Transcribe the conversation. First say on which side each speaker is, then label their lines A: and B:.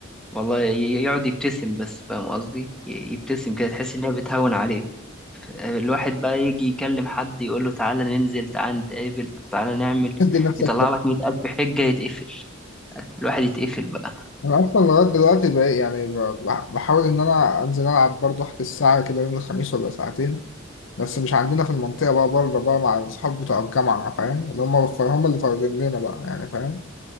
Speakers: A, in the centre; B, on the left (about 65°).
A: والله ي- يقعد يبتسم بس فاهم قصدي ي- يبتسم كده تحس إنها بتهون عليه الواحد بقى يجي يكلم حد يقول له تعالى ننزل تعالى نتقابل طب تعالى نعمل
B: دي نفسك
A: يطلع
B: ده.
A: لك مئة ألف حجة يتقفل الواحد يتقفل بقى
B: أنا أصلا لغاية دلوقتي بقى يعني ب- بحاول إن أنا أنزل ألعب برضو أحجز الساعة كده يوم الخميس ولا ساعتين بس مش عندنا في المنطقة بقى بره بقى مع الأصحاب بتوع الجامعة فاهم اللي هم هم اللي فاضلين لنا بقى يعني فاهم